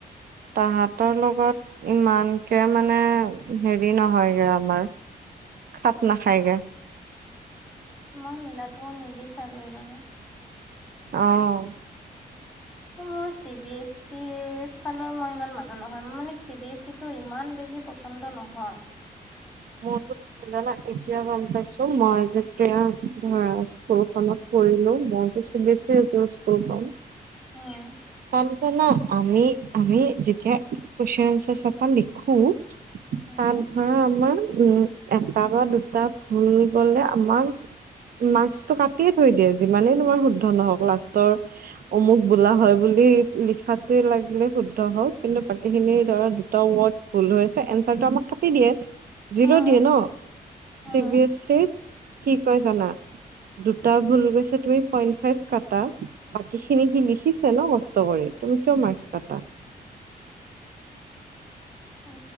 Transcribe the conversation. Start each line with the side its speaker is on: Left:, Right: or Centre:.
Right: তাহাঁতৰ লগত ইমানকে মানে হেৰি নহয়গে আমাৰ খাপ নাখায়গে।
Centre: মই মিলাটোও নিবিচাৰো এ বাৰু।
Right: অহ।
Centre: মোৰ চি বি এছ ইৰ ফালৰ মই ইমান মানুহ নহয় মোৰ মানে চি বি এ ই টো ইমান বেছি পচন্দ নহয়।
Right: মোৰো নদানা এতিয়া গম পাইছোঁ মই যেতিয়া ধৰা স্কুলখনত কৰিলো মই চি বি এছ চি আছিল স্কুলখন।
Centre: অ'।
Right: প ন আমি-আমি যেতিয়া <unintelligible> <unintelligible> খু
Centre: উম,
Right: ত ধৰা আমাৰ উম'। এটা বা দুটা ভুল গ'লে আমাৰ মাস্কটো কাটে থৈ দিয়ে যিমানেই তোমাৰ শুদ্ধ নহওক লাষ্টৰ অমুক বোলা হয় বুলি লিখাটোৱে লাগিলে শুদ্ধ হওঁক কিন্তু বাকী খিনি ধৰা দুটা ৱৰ্ড ভুল হৈ আছে এনচাৰটো আমাক কাটি দিয়ে জিৰ'
Centre: উম,
Right: দিয়ে ন'
Centre: উম,
Right: চি বি এছ চিত কি কয় জানা? দুটা ভুল গৈছে তুমি পইন্ট ফাইভ কাটা বাকী খিনি কি লিখি লিখিছে ন কষ্ট কৰি তুমি কিয় মাৰ্কছ কাটা
Centre: অ'।